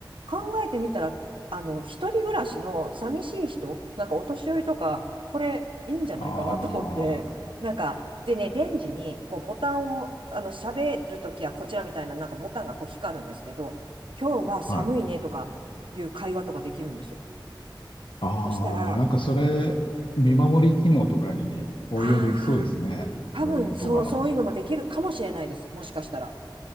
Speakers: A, on the right; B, on the left.
A: 考えてみたら、あの、一人暮らしの寂しい人、なんかお年寄りとか、これいいんじゃないかなと思って、
B: ああ、
A: なんか、でね、レンジにこうボタンを、あの、喋るときはこちらみたいな、なんかボタンがこう光るんですけど、今日は寒いねとかいう会話とかできるんですよ。
B: はい。ああ、
A: そしたら、
B: なんかそれ、見守り機能とかに応用できそうですね。
A: ああ、多分そう、
B: 老人とかの。
A: そういうのもできるかもしれないです。もしかしたら。